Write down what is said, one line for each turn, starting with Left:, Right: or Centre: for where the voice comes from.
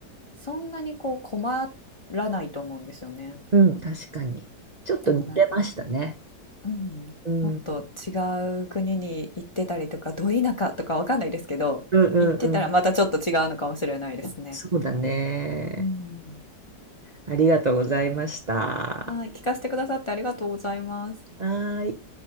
Left: そんなにこう困らないと思うんですよね。
Right: うん、確かに。ちょっと似てましたね。
Left: でもなんか、うん、
Right: うん。
Left: もっと違
Right: うん
Left: う国に行ってたりとかど田舎とかわかんないですけど行ってたらまたちょっと違うのかもしれないですね。
Right: うんうん。そうだね。
Left: うん、
Right: ありがとうございました。は
Left: はい、聞かせてくださってありがとうございます。
Right: ーい。